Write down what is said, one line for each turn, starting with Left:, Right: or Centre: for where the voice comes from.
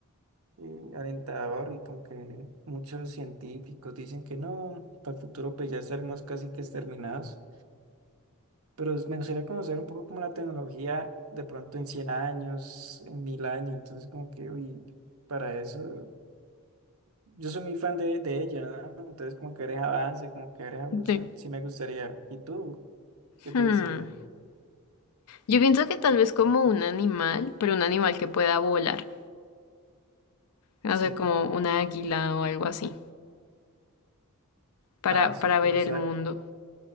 Right: eh, alentador y como que muchos científicos dicen que no, para el futuro pues ya estaremos casi que exterminados. pero es- me gustaría conocer un poco como la tecnología de pronto en 100 años, en 1000 años, entonces como que, uy, para eso, yo soy muy fan de, de ella, ¿no? Entonces como que eres avance, como que eres evolución,
Left: De-
Right: sí me gustaría. ¿Y tú? ¿Qué
Left: hmm.
Right: te gustaría?
Left: Yo pienso que tal vez como un animal, pero un animal que pueda volar. No
Right: Sí,
Left: sé, como una águila o algo así, para,
Right: ah, súper,
Left: para ver el
Right: o sea,
Left: mundo.